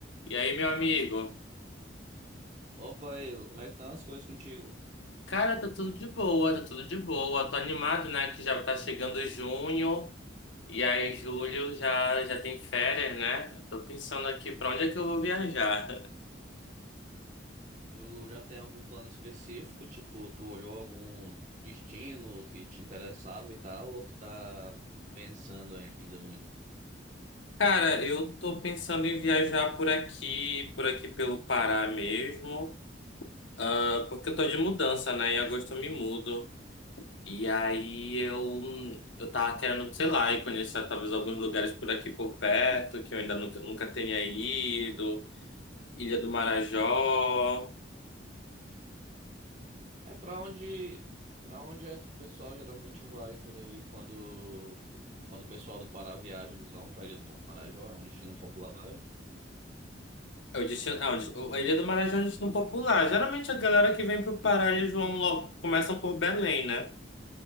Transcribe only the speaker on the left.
E aí, meu amigo?
Cara, tá tudo de boa, tá tudo de boa. Tô animado, né? Que já tá chegando junho. E aí, julho já, já tem férias, né? Tô pensando aqui pra onde é que eu vou viajar.
<laughs> Cara, eu tô pensando em viajar por aqui, por aqui pelo Pará mesmo. Ah, Porque eu tô de mudança, né? Em agosto eu me mudo. E aí eu, eu tava querendo, sei lá, ir conhecer talvez alguns lugares por aqui por perto, que eu ainda nunca, nunca tenha ido. Ilha do Marajó.
Eu disse, ah, eu disse- a Ilha do Marajó é um destino popular. Geralmente a galera que vem pro Pará, eles vão logo, começam por Belém, né?